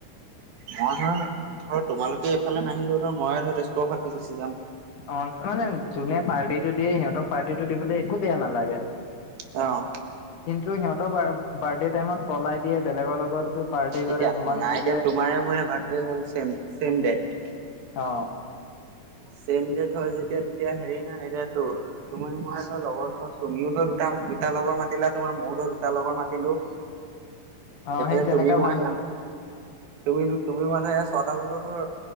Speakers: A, on the right (about 85°); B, on the left (about 60°).
A: মই ধৰ-ধৰ তোমালোকে এইফালে নাহিলেওঁ ধৰ মই ধৰ তেজপুৰৰ ফালদি গুছি যাম।
B: অ', মানে যোনে পাৰ্টিটো দিয়ে সিহঁতক পাৰ্টিটো দিবলে একো বেয়া নালাগে।
A: অ'।
B: কিন্তু সিহঁতৰ বাৰ্থডে টাইমত পলাই দিয়ে বেলেগৰ লগত পাৰ্টি কৰে
A: এতিয়া
B: তোমাক
A: শুনা
B: নিদিয়ে
A: এতিয়া তোমাৰে মোৰে বাৰ্থডে হ'ল চেম-চেম দেট।
B: অ
A: ছেম দেট হয় যেতিয়া তেতিয়া হেৰি নাই, এতিয়া তোৰ তুমি মই ধৰ লগৰ ধৰ তুমিও ধৰ দুটা-দুটা লগৰ মাতিলা তোমাৰ ময়ো ধৰ দুটা লগৰ মাতিলোঁ।
B: অ
A: এইফালে
B: সেই তেনেকা
A: তুমি মই
B: ভালেই
A: তুমি-তুমি মানে ছটা লগৰ ধৰ